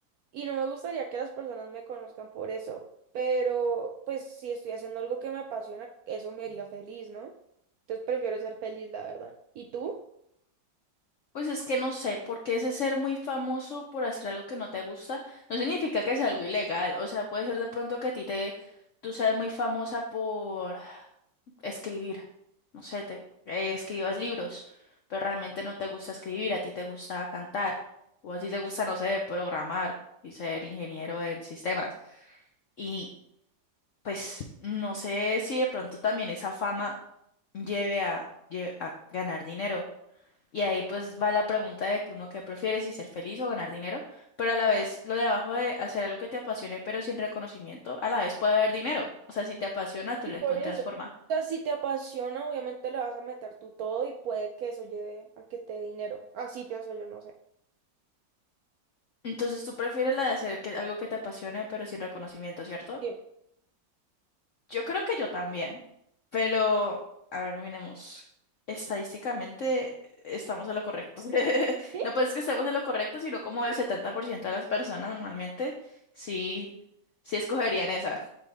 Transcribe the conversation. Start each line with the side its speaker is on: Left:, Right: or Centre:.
Right: Y no me gustaría que las personas me conozcan por eso, pero pues si estoy haciendo algo que me apasiona, eso me haría feliz, ¿no? Entonces prefiero ser feliz, la verdad. ¿Y tú?
Left: Pues es que no sé, porque ese ser muy famoso por hacer algo que no te gusta no significa que sea algo ilegal. O sea, puede ser de pronto que a ti te, tú seas muy famosa por escribir. No sé, te, eh, escribas libros, pero realmente no te gusta escribir, a ti te gusta cantar, o a ti te gusta, no sé, programar y ser ingeniero en sistemas. Y pues no sé si de pronto también esa fama lleve a, lle- a ganar dinero. Y ahí pues va la pregunta de que uno qué prefiere, si ser feliz o ganar dinero, pero a la vez lo de abajo de hacer algo que te apasione pero sin reconocimiento, a la vez puede haber dinero. O sea, si te apasiona, tú
Right: Y
Left: le
Right: por
Left: encuentras
Right: eso,
Left: forma.
Right: o sea, si te apasiona, obviamente le vas a meter tú todo y puede que eso lleve a que te dé dinero. Así pienso yo, no sé.
Left: Entonces tú prefieres la de hacer que, algo que te apasione pero sin reconocimiento, ¿cierto?
Right: Sí.
Left: Yo creo que yo también, pero a ver, miremos. Estadísticamente estamos en lo correcto. <laughs>
Right: ¿Sí?
Left: No pues que estemos en lo correcto, sino como el 70% de las personas normalmente sí, sí escogerían esa.